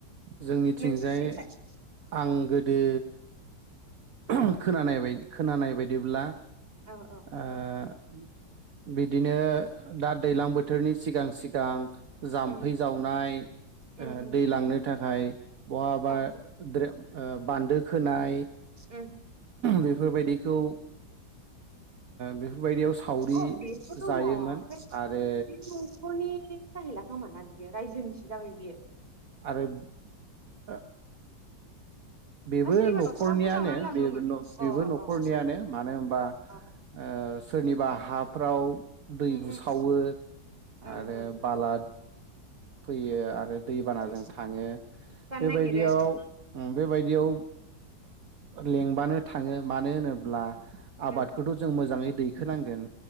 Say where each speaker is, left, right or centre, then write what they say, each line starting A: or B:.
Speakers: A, on the right; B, on the right.
A: जोंनिथिंजाय
B: नोंसिनिथिंलाय
A: आं गोदो <unintelligible> खोनानाय बाय खोनानाय बायदिब्ला
B: औ औ
A: ओ <unintelligible> बिदिनो दा दैज्लां बोथोरनि सिगां सिग गां जाम्फै
B: उम
A: जावनाय ओ
B: उम उम
A: दै लांनो थाखाय बहाबा
B: औ
A: ओ बान्दो खोनाय
B: उम
A: बेफोरबायदिखौ ओ बेफोरबायदियाव सावरि
B: अ बेथ' दङ
A: जायोमोन
B: बे
A: आरो
B: बि न'खरनि जाहैला खोमाना बियो रायजोनिसो जाबाय बियो।
A: आरो ओ बेबो
B: ना सोरनिबा
A: न'खरनियानो
B: न'खरावबो जावनानै लाङोमोन
A: बे बेबो
B: अ
A: न'खरनियानो
B: अ अ
A: मानो होनबा
B: अ
A: ओ सोरनिबा हाफ्राव दै
B: उम
A: बुसावो
B: उम उम ओं
A: आरो
B: ओं
A: बाला फैयो आरो दैबानाजों
B: उम
A: थाङो
B: जानो
A: बेबायदियाव
B: नागिरो
A: बिदियाव लिंबानो थाङो मानो होनो ब्ला आबादखौथ'
B: ओं
A: जों मोजाङै दैखोनांगोन